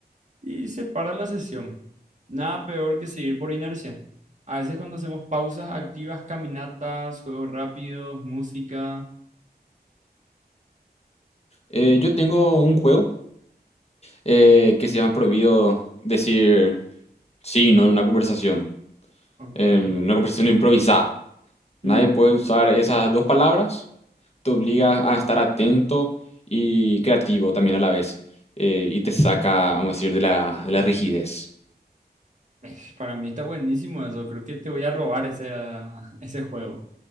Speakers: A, on the right; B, on the left.
A: y se para la sesión. Nada peor que seguir por inercia. A veces cuando hacemos pausas activas, caminatas, juegos rápidos, música.
B: Eh, yo tengo un juego eh, que se llama prohibido decir sí, no en una conversación,
A: o-
B: en
A: Ok.
B: una conversación improvisada. Nadie
A: mm.
B: puede usar esas dos palabras, te obliga a estar atento y creativo también a la vez, eh, y te saca, vamos a decir, de la, de la rigidez.
A: Eh, Para mí está buenísimo eso. Creo que te voy a robar ese, ah, <laughs> ese juego.